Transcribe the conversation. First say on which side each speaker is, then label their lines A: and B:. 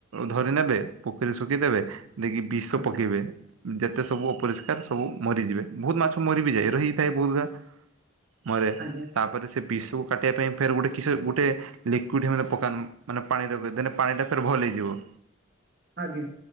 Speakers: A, on the right; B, on the right.
A: ଧରି ନେବେ ପୋଖରୀ ଶୁଖେଇଦେବେ। ଦେଇକି ବିଷ
B: ଆଜ୍ଞା
A: ପକେଇବେ ଯେତେ ସବୁ ଅପରିଷ୍କାର ସବୁ ମରିଯିବେ ବହୁତ ମାଛ। ମରିବିଯାଏ ରହିଥାଏ ବହୁତଗୁଡ଼ା ମରେ
B: ଆଜ୍ଞା
A: ତାପେର ସେ ବିଷ ଠୁ କାଟିବା ପାଇଁ ଫେର୍ ଗୋଟେ କିସ ଗୋଟେ ଲି କେଉଁଠି ଏମାନେ ପକାନ ମାନେ ପାଣିରେ ଦେନେ ପାଣି ଟା ଫେରେ ଭଲ ହେଇଯିବ।
B: ଆଜ୍ଞା।